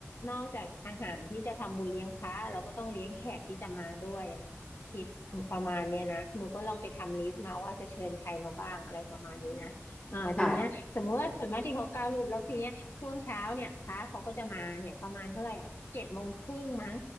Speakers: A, on the left; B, on the left.
A: นอกจากอาหารที่จะทำบุญเลี้ยงพระเราก็ต้องเลี้ยงแขกที่จะมาด้วยอ่ะคิดประมาณเนี้ยนะหนูก็ลองไปทำลิสต์มาว่าจะเชิญใครมาบ้างอะไรประมาณนี้นะอ่าทีเนี้ยสมมติว่าส่วนมากที่เขาก้าวรูปแล้วทีเนี้ยช่วงเช้าเนี่ยพระเขาก็จะมาเนี่ยประมาณเท่าไหร่อ่ะเจ็ดโมงครึ่งมั้ง
B: ค่ะ